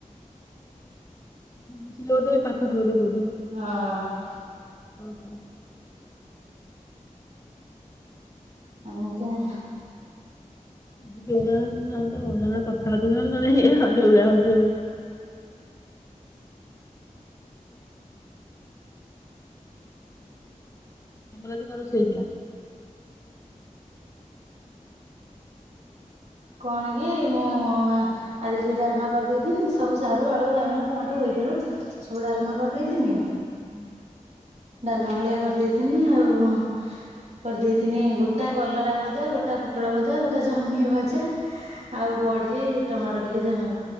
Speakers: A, on the left (about 25°); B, on the right (about 50°).
A: <unintelligible> ପାଖରେ ବୋଧେ କୋଉଠି?
B: ହଁ।
A: <inaudible>
B: ଆଜ୍ଞା।
A: <unintelligible> ଯୋଉ ଭଳିଆ ହଉଚି ହଉ। ତମର ଆଜି କଣ ରୋଷଇ ହେଇଥିଲା।
B: କଣ କି ମୁଁ ଆ ଆଜି ସେଇ ଡାଲମା କରିଦେଇଥିନି ସବୁ ସାରୁ ଆଳୁ ବାଇଗଣ ଟମାଟୋ ବୋଇଦାଳୁ ସବୁ ଡାଲମା କରିଦେଇଥନି।
A: ହୁଁ
B: ଡାଲମା ଭଳିଆ କରିଦେଇଥିଲି ଆଉ। କରିଦେଇଥିନି ଗୋଟା କଲରା ଭଜା ଗୋଟା ପୋଟଳ ଭଜା ଗୋଟା ଜହ୍ନି ଭଜା। ଆଉ ବଢି ଟମାଟୋ ଟିକେ